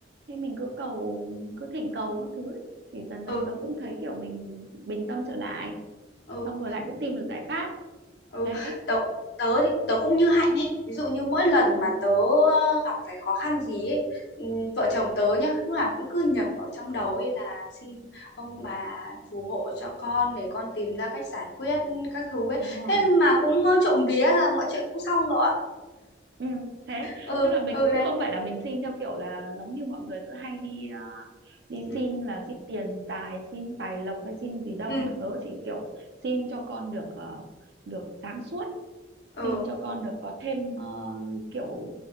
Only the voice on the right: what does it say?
thế mình cứ cầu cứ thỉnh cầu các thứ ấy. thì dần dần
tớ cũng thấy kiểu mình bình tâm trở lại
xong rồi lại cũng tìm được giải pháp
thế
ừ,
đúng rồi
ừ, thế
tức là mình
cũng
không phải là mình xin theo kiểu là giống như mọi người cứ hay đi ờ, đi
xin là xin tiền tài xin tài lộc hay xin gì đâu
mà tớ chỉ kiểu xin cho con được ờ, được sáng suốt
xin cho con được có thêm ờ, kiểu